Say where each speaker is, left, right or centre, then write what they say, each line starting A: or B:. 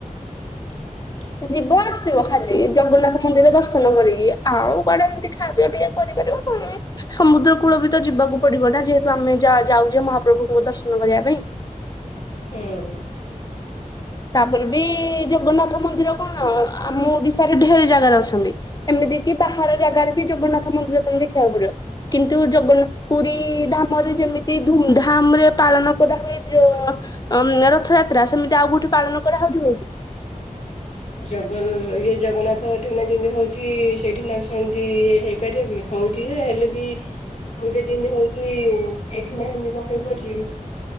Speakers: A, on the left; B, on the left.
A: <inaudible>
B: ଯିବ ଆସିବ ଖାଲି। ଜଗନ୍ନାଥ ମନ୍ଦିରରେ ଦର୍ଶନ କରିକି ଆଉ କୁଆଡେ ଏମିତି ଖାଇବିବା ଟିକେ କରିପାରିବ କ ସମୁଦ୍ର କୂଳ ବି ତ ଯିବାକୁ ପଡିବ ନା ଯେହେତୁ ଆମେ ଯାଉଛେ ମହାପ୍ରଭୁଙ୍କ ଦର୍ଶନ କରିବା ପାଇଁ।
A: ହୁଁ।
B: ତାପରେ ବି ଜଗନ୍ନାଥ ମନ୍ଦିର କଣ ଆମ ଓଡିଶାରେ ଢେରେ ଜାଗାରେ ଅଛନ୍ତି। ଏମତି କି ବାହାର ଜାଗାରେ ବି ଜଗନ୍ନାଥ ମନ୍ଦିର ତମେ ଦେଖିବାକୁ ପଡିବ କିନ୍ତୁ ଜଗନ୍ନାଥ ପୁରୀ ଧାମ ଯେମିତି ଧୁମଧାମ ରେ ପାଳନ କରା ହୁଏ ରଥଯାତ୍ରା ସେମିତି ଆଉ ଗୋଟେ ପାଳନ କରାହୋଉଥିବ।
A: ଜଗ ଇଏ ଜଗନ୍ନାଥ <unintelligible> ଯେମିତି ହଉଛି ସେଇଠିନା ସେମିତି ଇଏ ହେଇପାରିବ କି ହ ହଉଛି ଯେ ହେଲେ ବି ପୂର୍ବେ ଯେମିତି ହଉଛି ଏଇଠି ନାଁ ଏମତି କ ହେଇପାରୁଛି।